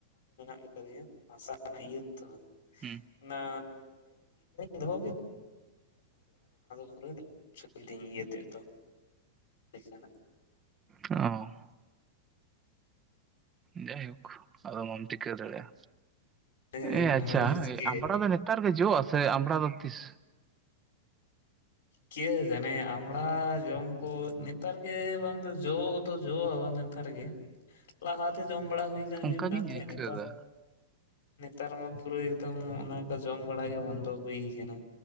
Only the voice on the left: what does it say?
<unintelligible> ᱦᱟᱥᱟ ᱤᱭᱟᱹ ᱛᱚ᱾
<unintelligible> ᱚᱱᱟ ᱫᱚ ᱯᱩᱨᱟ ᱥᱩᱵᱤᱫᱟᱧ ᱤᱭᱟᱹᱛᱮ ᱫᱚ ᱴᱮᱠᱟ ᱱᱟᱜ
ᱦᱮᱸ
ᱚᱱᱟ ᱫᱚᱢ ᱪᱤᱠᱟᱹᱭᱟ᱾
ᱠᱮ ᱡᱟᱱᱮ ᱟᱢᱲᱟ ᱡᱚᱢ ᱠᱚ ᱱᱮᱛᱟᱨ ᱜᱮ ᱵᱟᱝ ᱫᱚ ᱡᱚ ᱫᱚ ᱡᱚᱼᱟ ᱵᱟᱝ ᱠᱟᱨᱮᱜᱮ ᱞᱟᱦᱟ ᱛᱮ ᱡᱚᱢ ᱵᱟᱲᱟ ᱦᱩᱭ ᱦᱩᱭᱩᱜ
ᱠᱟᱱ ᱛᱟᱦᱮᱸᱫ
ᱱᱮᱛᱟᱨ ᱱᱮᱛᱟᱨ ᱢᱟ ᱯᱩᱨᱟᱹ ᱮᱠᱫᱚᱢ ᱚᱱᱟ ᱠᱚ ᱡᱚᱢ ᱵᱟᱲᱟ ᱜᱮ ᱵᱚᱱᱫᱚ ᱦᱩᱭ ᱠᱟᱱᱟ